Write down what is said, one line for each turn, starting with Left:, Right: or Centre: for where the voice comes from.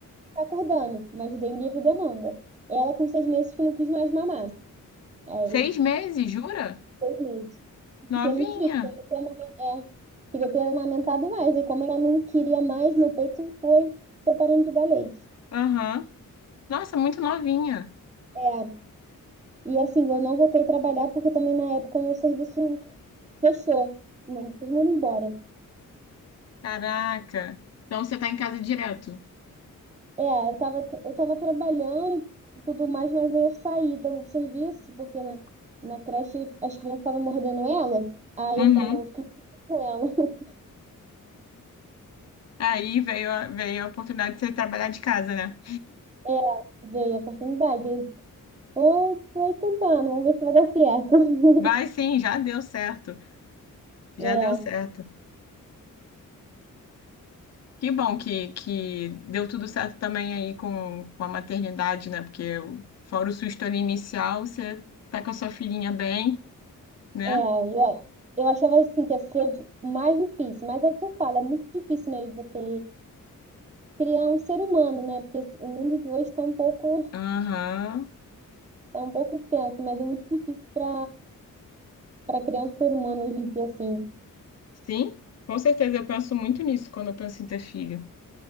Right: ficar acordando, mas dei livre demanda. Ela com seis meses que não quis mais mamar. Aí
Left: Seis meses, jura?
Right: seis meses.
Left: Novinha.
Right: Fiquei muito triste. porque eu Queria ter amamen- é, queria ter amamentado mais. E como ela não queria mais, meu peito foi, foi parando de dar leite.
Left: Aham. Nossa, muito novinha.
Right: É, e assim, eu não voltei a trabalhar porque também na época meu serviço fechou, né? Todo mundo embora.
Left: Caraca. Então você tá em casa direto.
Right: É, eu tava, eu tava trabalhando e tudo mais, mas aí eu saí do serviço porque na, na creche as crianças estavam mordendo ela. Aí
Left: Uhum.
Right: eu falei, não, eu vou ficar com ela. <laughs>
Left: Aí veio a, veio a oportunidade de você trabalhar de casa, né?
Right: É, veio a oportunidade. Tô, tô tentando, vamos ver se vai dar certo.
Left: Vai
Right: <laughs>
Left: sim, já deu certo. Já
Right: É,
Left: deu certo. Que bom que, que deu tudo certo também aí com, com a maternidade, né? Porque o- fora o susto ali inicial, você tá com a sua filhinha bem, né?
Right: é, eu, eu achava assim que ia ser mais difícil, mas é que eu falo, é muito difícil, né, de você criar um ser humano, né? Porque esse- o mundo de hoje tá um pouco,
Left: Aham.
Right: é um pouco tenso, mas é muito difícil para para criar um ser humano hoje em dia, assim.
Left: Sim, com certeza. Eu penso muito nisso quando eu penso em ter filho.